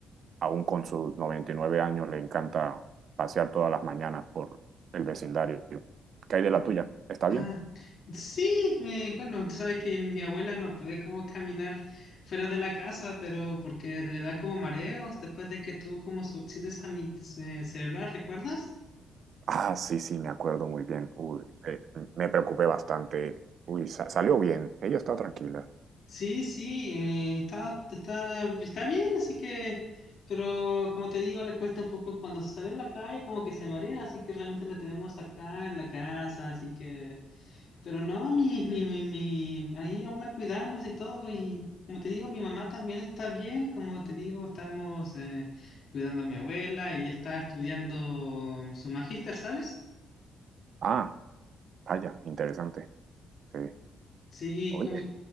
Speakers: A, on the right (about 60°); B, on the left (about 60°).
A: aún con sus 99 años, le encanta pasear todas las mañanas por el vecindario. ¿Qué hay de la tuya? ¿Está bien?
B: Ah, sí, eh, bueno, tú sabes que mi abuela no puede como caminar fuera de la casa, pero porque le da como mareos después de que tuvo como su accidente sami- ce- cerebral, ¿recuerdas?
A: Ah, sí, sí, me acuerdo muy bien. Uy, eh, me preocupé bastante. Uy, sa- salió bien. Ella está tranquila.
B: Sí, sí, eh, está, está, está bien, así que, pero como te digo, le cuesta un poco cuando se sale a la calle, como que se marea, así que realmente la tenemos acá en la casa, así que, pero no, mi, mi, mi, mi, ahí aún la cuidamos y todo, y como te digo, mi mamá también está bien, como te digo, estamos eh, cuidando a mi abuela y ella está estudiando su magíster, ¿sabes?
A: Ah, vaya, interesante. Sí.
B: Sí,
A: Oye,
B: cómo